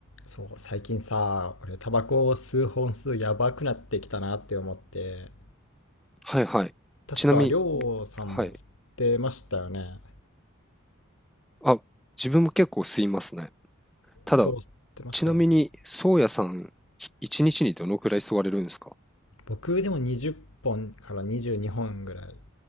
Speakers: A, on the left (about 70°); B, in the centre.
A: そう、最近さ、俺タバコを吸う本数やばくなってきたなって思って、
B: はいはい。
A: 確かりょうさんも吸ってましたよね。
B: ちなみに、はい。あ、自分も結構吸いますね。ただ、
A: そう、吸ってましたよね。
B: ちなみに、宗谷さん、一日にどのくらい吸われるんですか
A: 僕でも20本から22本ぐらい、ま